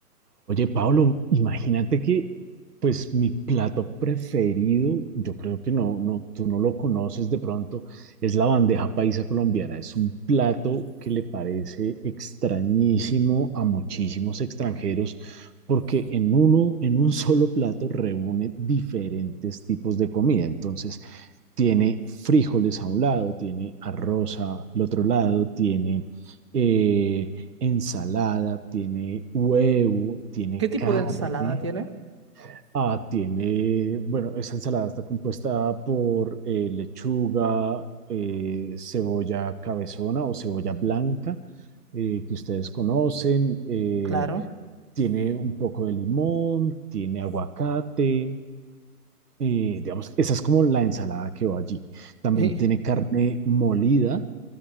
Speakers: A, on the right; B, on the right.
A: Oye, Pablo, imagínate que, pues, mi plato preferido, yo creo que no, no, tú no lo conoces de pronto, es la bandeja paisa colombiana. Es un plato que le parece extrañísimo a muchísimos extranjeros porque en uno, en un solo plato reúne diferentes tipos de comida. Entonces, tiene frijoles a un lado, tiene arroz al otro lado, tiene... eh, ensalada, tiene huevo, tiene
B: ¿Qué tipo
A: carne,
B: de ensalada tiene?
A: ah, tiene, bueno, esa ensalada está compuesta por eh, lechuga, eh, cebolla cabezona o cebolla blanca, eh, que ustedes conocen, eh,
B: Claro,
A: tiene un poco de limón, tiene aguacate. eh, digamos, esa es como la ensalada que va allí.
B: <laughs>
A: También
B: y
A: tiene carne molida